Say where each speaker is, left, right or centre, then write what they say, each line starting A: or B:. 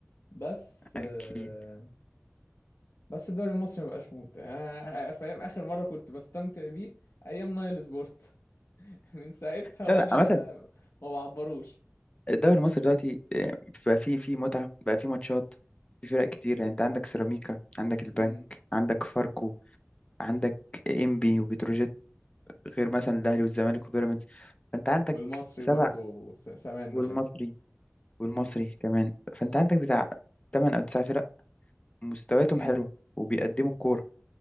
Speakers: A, on the left (about 60°); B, on the left (about 25°).
A: بس
B: اكيد
A: آه، بس الدوري المصري ما بقاش ممتع يعني انا فاهم اخر مره كنت بستمتع بيه ايام نايل سبورت <laughs> من ساعتها
B: لا
A: وانا
B: لا عامة
A: ما بعبروش
B: الدوري المصري دلوقتي آه، بقى فيه فيه متعة بقى فيه ماتشات في فرق كتير يعني انت عندك سيراميكا عندك البنك
A: امم
B: عندك فاركو عندك انبي وبتروجيت غير مثلا الاهلي والزمالك وبيراميدز فانت عندك
A: والمصري
B: سبع
A: برضو س- سمانه
B: والمصري
A: حلو
B: والمصري
A: مم.
B: كمان فانت عندك بتاع ثمان او تسع فرق مستوياتهم
A: امم
B: حلوه وبيقدموا كوره